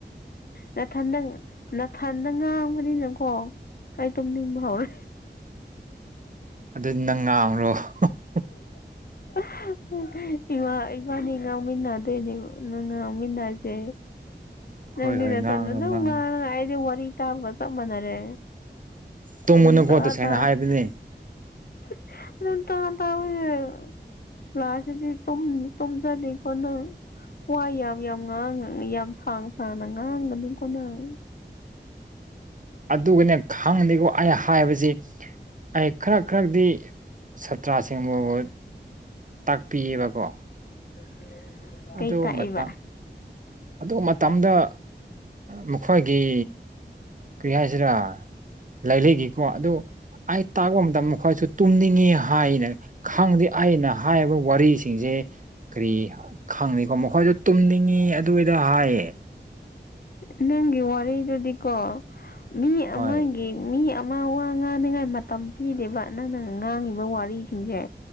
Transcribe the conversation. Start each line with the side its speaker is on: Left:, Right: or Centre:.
Left: ꯅꯊꯟꯗꯪ ꯅꯊꯟꯗ ꯉꯥꯝꯕꯅꯤꯅꯀꯣ ꯑꯩ ꯇꯨꯝꯅꯤꯡꯕ ꯍꯧꯔꯦ
Right: ꯑꯗꯨ ꯅꯪ ꯉꯥꯡꯔꯣ <unintelligible>
Left: <unintelligible> <unintelligible> ꯏꯃꯥ ꯏꯕꯥꯅꯤ ꯉꯥꯡꯃꯤꯟꯅꯗꯣꯏꯅꯦ ꯉꯥꯡꯃꯤꯟꯅꯁꯦ
Right: <unintelligible>
Left: ꯅꯪꯗꯤ ꯅꯊꯟꯗ
Right: ꯉꯥꯡꯔꯣ
Left: ꯑꯗꯨꯝ
Right: ꯉꯥꯡꯔꯣ
Left: ꯉꯥꯡꯂꯒ ꯑꯩꯗꯤ ꯋꯥꯔꯤ ꯇꯥꯕꯒ ꯆꯞ ꯃꯥꯟꯅꯔꯦ
Right: ꯇꯨꯝꯒꯉꯨꯅꯨꯀꯣ
Left: ꯑꯗꯨꯝ ꯇꯥ
Right: ꯇꯁꯦꯡꯅ
Left: ꯇꯥ
Right: ꯍꯥꯏꯕꯅꯦ
Left: <unintelligible> ꯂꯥꯁ ꯇꯗꯤ ꯇꯨꯝ ꯇꯨꯝꯖꯅꯤ ꯀꯣ ꯅꯪ ꯋꯥ ꯌꯥꯝ ꯌꯥꯝ ꯉꯥꯡ ꯌꯥꯝ ꯁꯥꯡ ꯁꯥꯡꯅ ꯉꯥꯡꯒꯅꯨꯀꯣ ꯅꯪ
Right: ꯑꯗꯨꯒꯅꯦ ꯈꯪꯗꯦꯀꯣ ꯑꯩ ꯍꯥꯏꯕꯖꯤ ꯑꯩ ꯈꯔꯛ ꯈꯔꯛꯗꯤ ꯁꯥꯇ꯭ꯔꯥꯁꯤꯡꯕꯕꯨ ꯇꯥꯛꯄꯤꯌꯦꯕꯀꯣ
Left: <unintelligible>
Right: ꯑꯗꯨ
Left: ꯇꯥꯛꯏꯕ
Right: ꯃꯇꯝ ꯑꯗꯨ ꯃꯇꯝꯗ ꯃꯈꯣꯏꯒꯤ ꯀꯔꯤ ꯍꯥꯏꯁꯤꯔꯥ ꯂꯥꯏꯔꯤꯒꯤꯀꯣ ꯑꯗꯨ ꯑꯩ ꯇꯥꯛꯕ ꯃ ꯇꯝ ꯈꯣꯏꯁꯨ ꯇꯨꯝꯅꯤꯡꯉꯤ ꯍꯥꯏꯅ ꯈꯪꯗꯦ ꯑꯩꯅ ꯍꯥꯏꯕ ꯋꯥꯔꯤꯁꯤꯡꯁꯦ ꯀꯔꯤ ꯈꯪꯗꯤꯀꯣ ꯃꯈꯣꯏꯗꯨ ꯇꯨꯝꯅꯤꯡꯉꯤ ꯑꯗꯨꯏꯗ ꯍꯥꯏꯌꯦ
Left: ꯅꯪꯒꯤ ꯋꯥꯔꯤꯗꯨꯗꯤꯀꯣ ꯃꯤ
Right: ꯍꯣꯏ
Left: ꯑꯃꯒꯤ ꯃꯤ ꯑꯃ ꯋꯥ ꯉꯥꯡꯅꯤꯉꯥꯏ ꯃꯇꯝ ꯄꯤꯗꯦꯕ ꯅꯪꯅ ꯉꯥꯡꯉꯤꯕ ꯋꯥꯔꯤꯁꯤꯡꯁꯦ